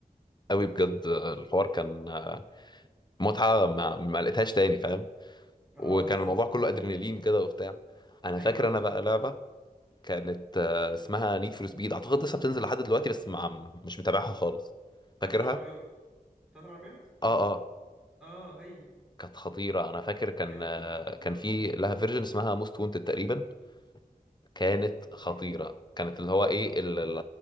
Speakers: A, on the left; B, in the centre.
A: قوي بجد آه، الحوار كان آه، متعه ما, ما لقيتهاش تاني فاهم
B: اه
A: وكان
B: بالظبط
A: الموضوع
B: كان
A: كله
B: في
A: ادرينالين كده وبتاع انا
B: ايوه
A: فاكر
B: بالظبط
A: انا بقى لعبه كانت آه، اسمها نيد فور سبيد اعتقد لسه بتنزل لحد دلوقتي بس مع مش متابعها خالص
B: بتاعت
A: فاكرها
B: العربيات بتاعت العربيات
A: اه اه
B: اه هي
A: كانت خطيره انا فاكر كان
B: فاكرها
A: آه،
B: طبعا كنا بنلعبها
A: كان في
B: برضه
A: لها فيرجن اسمها موست وونتد تقريبا كانت
B: اوكي
A: خطيره كانت اللي هو ايه ال- ال-